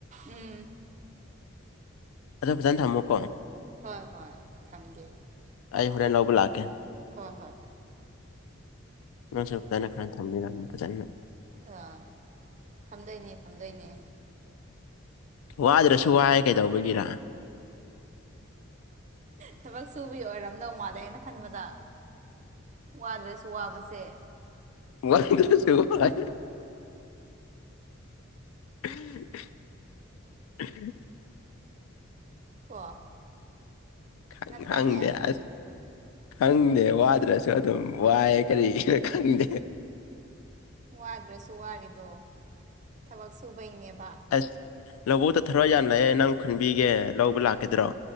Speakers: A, on the right (about 35°); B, on the left (about 85°).
A: ꯎꯝ
B: ꯑꯗꯣ ꯐꯖꯅ ꯊꯝꯃꯣꯀꯣ
A: ꯍꯣꯏ ꯍꯣꯏ ꯊꯝꯒꯦ
B: ꯑꯩ ꯍꯣꯔꯦꯟ ꯂꯥꯎꯕ ꯂꯥꯛꯀꯦ
A: ꯍꯣꯏ ꯍꯣꯏ
B: ꯅꯁꯨꯛꯇꯅ ꯈꯥꯟ ꯊꯝꯃꯤ ꯐꯖꯟꯅ
A: ꯑꯥ ꯊꯝꯗꯣꯏꯅꯦ ꯊꯝꯗꯣꯏꯅꯦ
B: ꯋꯥꯗ꯭ꯔꯁꯨ ꯋꯥꯑꯦ ꯀꯩꯗꯧꯕꯒꯤꯔ
A: ꯊꯕꯛ ꯁꯨꯕꯤ ꯑꯣꯏꯔꯝꯗꯧ ꯃꯥꯟꯂꯦ ꯑꯩꯅ ꯈꯟꯕꯗ ꯋꯥꯗ꯭ꯔꯁꯨ ꯋꯥꯕꯁꯦ
B: ꯋꯥꯗꯔꯁꯨ ꯋꯥꯏ <inaudible>
A: ꯀꯣ
B: ꯈꯪ
A: ꯅꯠꯇ꯭ꯔꯅꯦ
B: ꯈꯪꯗꯁ ꯈꯪꯗꯦ ꯋꯥꯗ꯭ꯔꯁꯨ ꯑꯗꯨꯝ ꯋꯥꯏ ꯀꯔꯤꯒꯤꯔ ꯈꯪꯗꯦ
A: ꯋꯥꯗ꯭ꯔꯁꯨ ꯋꯥꯔꯤꯗꯣ ꯊꯕꯛ ꯁꯨꯕꯩꯅꯦꯕ
B: ꯑꯁ ꯂꯧꯕꯨꯛꯇ ꯊꯔꯛ ꯌꯥꯝ ꯂꯩꯌꯦ ꯅꯪ ꯈꯨꯟꯕꯤꯒꯦ ꯂꯧꯕ ꯂꯥꯛꯀꯗ꯭ꯔꯣ